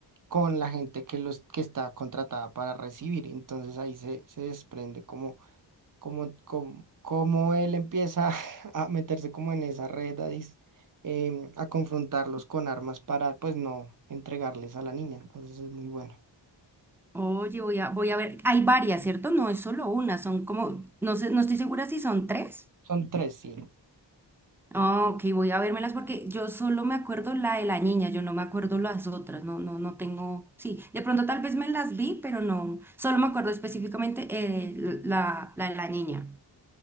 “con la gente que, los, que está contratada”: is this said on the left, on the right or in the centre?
Right